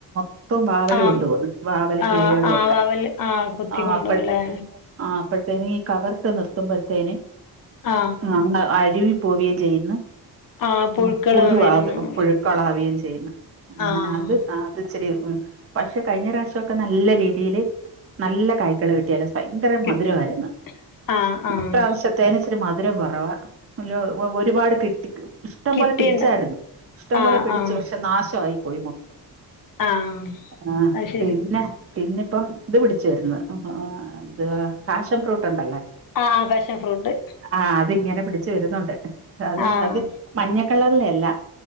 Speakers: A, on the right (about 35°); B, on the left (about 55°).
A: പ്പം വാവല്
B: ആഹ്
A: കൊണ്ടോവും വാവലും
B: ആഹ്
A: കിളിയളൊക്കെ
B: ആഹ് വവല് ആഹ് കൊത്തി
A: ആപ്പഴ്ത്ത
B: കൊണ്ടോവുല്ലേ
A: ആഹ് പ്പത്തേനി കവർട്ട് നിർത്തുമ്പോഴത്തേന്
B: ആഹ്
A: അങ് അര്വി പോവേയും ചെയ്യുന്നു
B: ആഹ്
A: <unintelligible>
B: പുഴുക്കള് വരുന്നു
A: പുഴുക്കളാവയും ചെയ്യുന്ന അങ്ങനെ
B: ആഹ്
A: അത് കാ ത്ചിരി ഉം പക്ഷെ കഴിഞ്ഞ പ്രാശോ ക്കെ നല്ല രീതിൽ നല്ല കായ്ക്കളെ ചെലസൈങ്കര
B: കിട്ടി
A: മധുരമായിരുന്നു
B: ആഹ് ആഹ്
A: ഇപ്രാവശ്യ തേനിച്ചിരി മധുരം കുറവാ ലോ ഒരുപാട് കിട്ടി ഇഷ്ടംപലെ
B: കിട്ടിണ്ട
A: പിടിച്ചായിരുന്നു ഇഷ്ടംപലെ
B: ആഹ്
A: പിടിച്ചു
B: ആഹ്
A: പക്ഷെ നാശായി പോയി മൊ
B: ആഹ്
A: ആഹ്
B: അത് ശരി
A: പിന്നെ പിന്നെപ്പം ഇത് പിടിച്ചയിരെന്ന് എതുവാ ഫാഷൻ ഫ്രൂട്ട്ണ്ടല്ലേ
B: ആഹ് ഫാഷൻ ഫ്രൂട്ട്
A: ആഹ് അത്ങ്ങനെ പിടിച്ച് വരുന്നുണ്ട് അത്
B: ആഹ്
A: അത് മഞ്ഞക്കള്ളറിലെ അല്ല